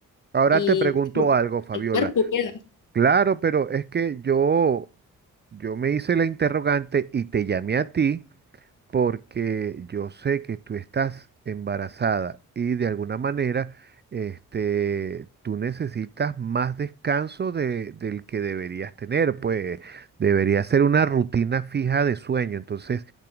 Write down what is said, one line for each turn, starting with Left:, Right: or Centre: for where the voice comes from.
Right: Ahora
Left: y
Right: te pregunto algo, Fabiola.
Left: el cuerpo queda.
Right: Claro, pero es que yo, yo me hice la interrogante y te llamé a ti porque yo sé que tú estás embarazada y de alguna manera este, tú necesitas más descanso de- del que deberías tener, pues debería ser una rutina fija de sueño. Entonces,